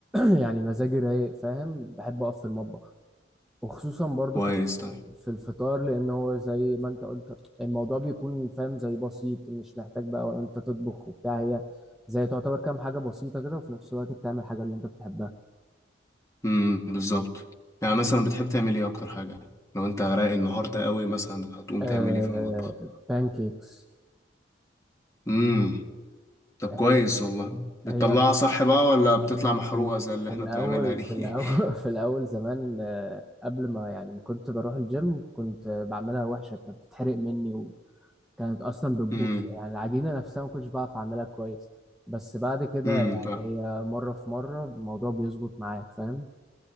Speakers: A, in the centre; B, on the left.
A: <clears throat> يعني مزاجي رايق فاهم بحب اقف في المطبخ وخصوصا برضو
B: كويس
A: في
B: طيب
A: في الفطار لان هو زي ما انت قلت الموضوع بيكون فاهم زي بسيط مش محتاج بقى ولا انت تطبخ وبتاع هي زي تعتبر كام حاجة بسيطة كده وفي نفس الوقت بتعمل حاجة اللي انت بتحبها
B: امم بالظبط يعني مثلا بتحب تعمل إيه أكتر حاجة لو أنت رايق النهاردة قوي مثلا هتقوم
A: آه
B: تعمل إيه في المطبخ
A: بانكيكس
B: امم طب
A: هي
B: كويس والله بتطلعها
A: هي
B: صح بقى ولا بتطلع محروقة
A: في
B: زي اللي
A: في
B: إحنا
A: الأول
B: بنعملها دي
A: في الأول
B: <laughs>
A: <laughs> في الأول زمان آه، قبل ما يعني ما كنت بروح الجيم كنت بعملها وحشة كانت بتحرق مني كانت اصلا بتبوظ
B: امم
A: يعني العجينه نفسها ما كنتش بعرف اعملها كويس بس بعد كده
B: امم
A: يعني
B: فاهم
A: هي مره في مره الموضوع بيظبط معاك فاهم